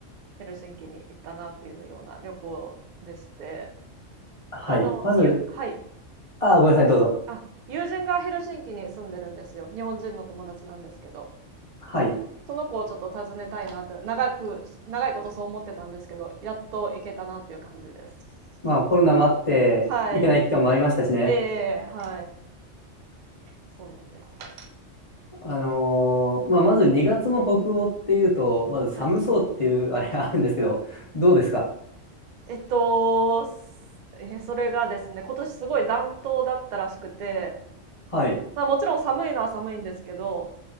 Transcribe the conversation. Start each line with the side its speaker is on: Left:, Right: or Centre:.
Right: ヘルシンキに行ったなっていうような旅行でして、
Left: はい。
Right: あの、
Left: まず、
Right: ゆはい。
Left: ああ、ごめんなさい、どうぞ。
Right: あ、友人がヘルシンキに住んでるんですよ。日本人の友達なんですけど、
Left: はい。
Right: その子をちょっと訪ねたいなって、長く長いことそう思ってたんですけど、やっと行けたなっていう感じです。
Left: まあ、コロナもあって、
Right: はい。
Left: 行けない期間もありましたしね。
Right: ええ、はい。そうなんです。
Left: あのーまあ、まず2月の北欧っていうと、まず寒そうっていうあれがあるんですけど、
Right: はい。
Left: どうですか
Right: えっと、すええ、それがですね、今年すごい暖冬だったらしくて、
Left: はい。
Right: まあ、もちろん寒いのは寒いんですけど